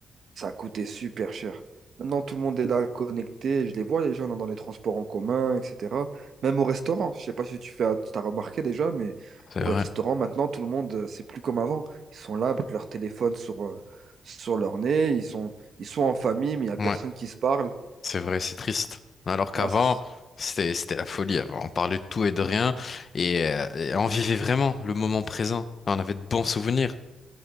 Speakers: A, on the right; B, on the left.
A: ça a coûté super cher. Maintenant, tout le monde est là connecté, je les vois, les gens dans les transports en commun, etc. Même au restaurant, je sais pas si tu fais, t'as remarqué déjà, mais
B: C'est
A: au
B: vrai.
A: restaurant, maintenant, tout le monde, euh, c'est plus comme avant. Ils sont là avec leur téléphone sur, euh, sur leur nez, ils sont, ils sont en famille, mais il n'y a personne
B: Ouais.
A: qui se parle.
B: C'est vrai, c'est triste. Alors qu'avant,
A: Ah, c'est
B: c'était, c'était la folie. Avant, on parlait de tout et de rien et, euh, et on vivait vraiment le moment présent. On avait de bons souvenirs.